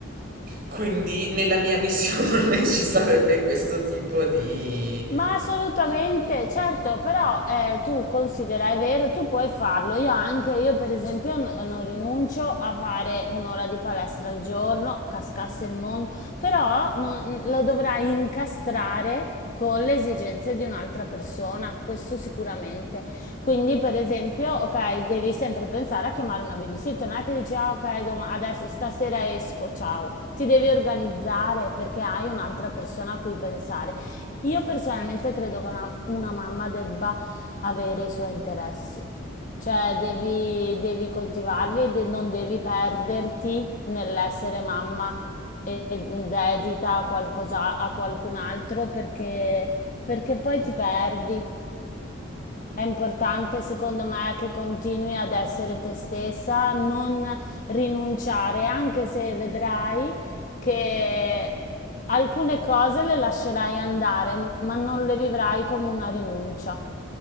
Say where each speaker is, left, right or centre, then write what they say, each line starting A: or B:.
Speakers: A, on the right (about 45°); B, on the left (about 40°).
A: Quindi nella mia <laughs> visione ci sarebbe questo tipo di...
B: Ma assolutamente, certo, però eh, tu considera, è vero, tu puoi farlo, io anche, io per esempio n- non rinuncio a fare un'ora di palestra al giorno, cascasse il mondo, però non- lo dovrai incastrare con le esigenze di un'altra persona, questo sicuramente. Quindi, per esempio, ok, devi sempre pensare a chiamare una babysitter, non è che dici, ah, ok, doma- adesso stasera esco, ciao. Ti devi organizzare perché hai un'altra persona a cui pensare. Io personalmente credo che una, una mamma debba avere i suoi interessi, cioè devi, devi coltivarli e de- non devi perderti nell'essere mamma e dedita a qualcosa, a qualcun altro perché, perché poi ti perdi. È importante secondo me che continui ad essere te stessa, non rinunciare, anche se vedrai che alcune cose le lascerai andare, ma non le vivrai come una rinuncia.